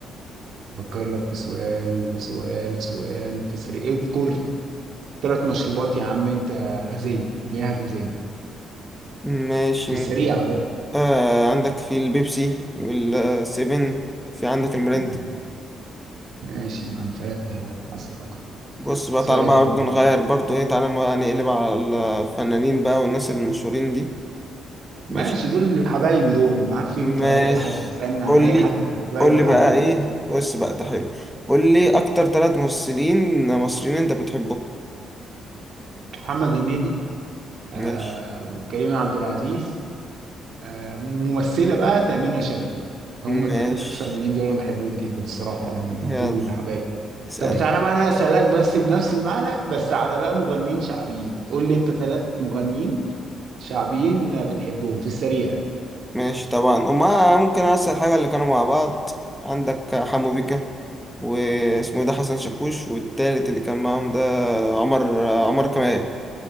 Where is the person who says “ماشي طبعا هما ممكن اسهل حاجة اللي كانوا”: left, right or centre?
Centre